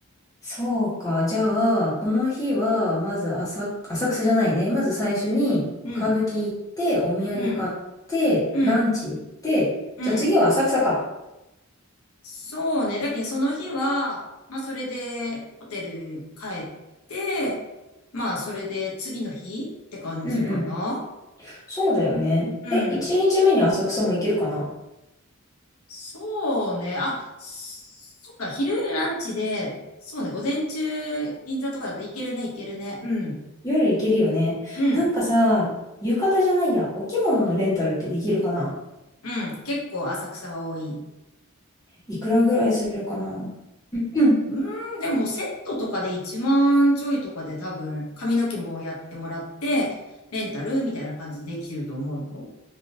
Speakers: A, on the left; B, on the left.
A: そうか。じゃあ、この日は、まず浅、浅草じゃないね。まず最初に歌舞伎行って、
B: うん。
A: お土産買って、
B: うん。うん。
A: ランチ行って、
B: うん。
A: じゃあ次は浅草か。
B: そうね。だけど、その日は、まあ、それで、ホテル帰って、まあ、それで、次の日って感じかな。
A: うんうん。そうだよね。
B: うん。
A: え、一日目に浅草も行けるかな
B: そうね。あ、そっか、昼ランチで、そうね、午前中、銀座とかだといけるね、いけるね。うん、
A: 夜行けるよね。
B: うん、
A: なんかさ、浴衣じゃないや、お着物のレンタルってできるかな
B: うん。結構浅草は多い。
A: いくらぐらいするかなうん
B: うーん、でもセットとかで一万ちょいとかで多分、髪の毛もやってもらって、レンタルみたいな感じでできると思うよ。